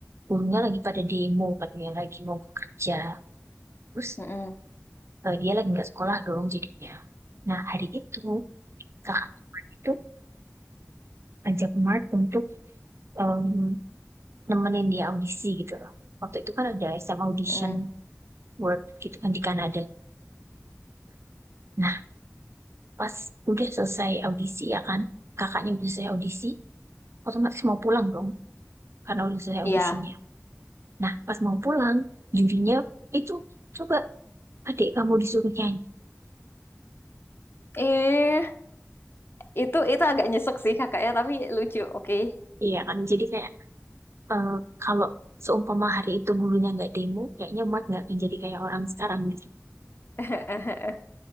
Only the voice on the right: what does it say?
gurunya lagi pada demo katanya lagi mau kerja. Terus
eh, dia lagi nggak sekolah dong jadinya. Nah hari itu kakak itu ajak Mark untuk em, nemenin dia audisi gitu loh. Waktu itu kan ada SM audition
work gitu kan di Kanada. Nah, pas udah selesai audisi ya kan kakaknya udah selesai audisi otomatis mau pulang dong karena udah selesai
audisinya nah pas mau pulang jurinya itu coba adik kamu disuruh nyanyi
iya kan jadi kayak eh, kalau seumpama hari itu gurunya nggak demo kayaknya Mark nggak akan jadi kayak orang sekarang gitu